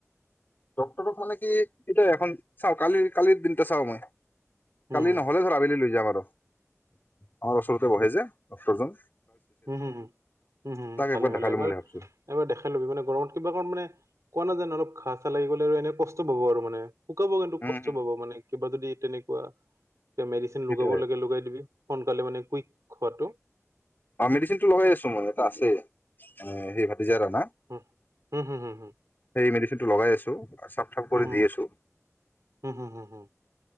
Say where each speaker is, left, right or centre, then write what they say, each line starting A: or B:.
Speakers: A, on the left; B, on the right.
A: ডক্টৰক মানে কি এইট এখন চাওঁ কালিৰ কালিৰ দিন চাওঁ মই
B: উম
A: কালি নহলে ধৰা আবেলি লৈ য যাম আৰু আমাৰ ওচৰতে বহে যে ডক্টৰজন
B: উম হম হম হুম ভালে
A: একবাৰ
B: ভালে
A: দেখাই ল'ম
B: এবাৰ
A: বুলি ভাবছো।
B: এবাৰ দেখাই লবি মানে গৰমত কিবা কাৰ মানে কোৱা নাজানো অলপ ঘাঁ চাহ লাগি গ'লে আৰু এনে কষ্ট পাব আৰু মানে শুকাব কিন্তু
A: উম
B: কষ্ট
A: হুম
B: পাব মানে কিবা যদি তেনেকুৱা মেডিচিন
A: সেইটোৱে
B: লগাব লাগে লগাই দিবি সোনকালে মানে কুইক হোৱাটো
A: মেডিনটো লগাই আছো মই ইয়াতে আছে উম সেই কথা
B: হুম হুম হুম হুম
A: সেই মেডিচিনটো লগাই আছো চফ চফ কৰি
B: হুম
A: দি আছো
B: হুম হুম হুম হুম হুম